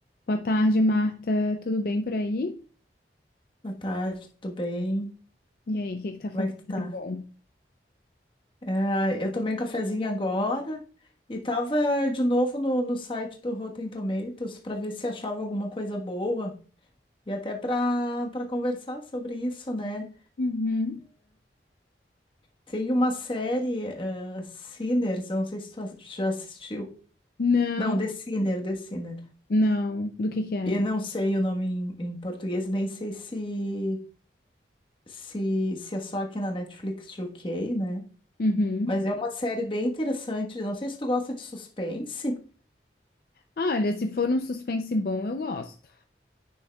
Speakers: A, on the left (about 55°); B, on the left (about 30°).
A: Boa tarde, Marta. Tudo bem por aí?
B: Boa tarde, tudo bem?
A: E aí, o que que tá
B: Como
A: fazendo
B: é que tu tá?
A: de bom?
B: É, eu tomei um cafezinho agora e tava eh, de novo no, no site do Rotten Tomatoes para ver se achava alguma coisa boa e até para para conversar sobre isso, né?
A: Uhum.
B: Tem uma série, eh, Sinners, eu não sei se tu ass- já assistiu.
A: Não,
B: Não, The Sinner, The Sinner.
A: não. Do que que é?
B: Eu não sei o nome em, em português, nem sei se, se, se é só aqui na Netflix UK, né?
A: Uhum.
B: Mas é uma série bem interessante. Não sei se tu gosta de suspense.
A: Ah, olha, se for um suspense bom, eu gosto.